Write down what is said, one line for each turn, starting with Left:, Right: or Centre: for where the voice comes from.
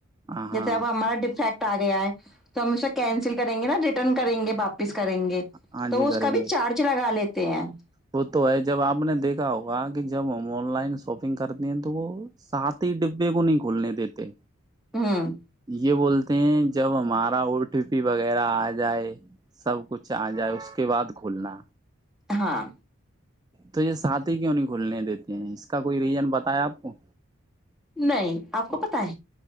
Right: ہاں
Centre: جیسے
Right: ہاں
Centre: اب ہمارا ڈیفیکٹ آ گیا ہے تو ہم اس کو کینسل کریں گے نا ریٹرن کریں گے باپس کریں گے
Right: ہاں
Centre: تو
Right: جی
Centre: اس
Right: کریں
Centre: کا
Right: گے
Centre: بھی چارج لگا لیتے ت
Right: وہ تو ہے جب آپ نے دیکھا ہوگا کہ جب ہم آن لائن شاپنگ کرتے ہیں تو وہ سات ہی ڈبے کو نہیں کھولنے دیتے
Centre: ہوں
Right: یہ بولتے جب ہمارا او ٹی پی وغیرہ آ جائے سب کچھ آ جائے اس کے بعد کھولنا
Centre: ہاں
Right: تو یہ ساتھھی کیوں نہیں کھلنے دیتے ہیں اس کا کوئی ریزن بتایا آپ کو
Centre: نہیں آپ کو پت ہے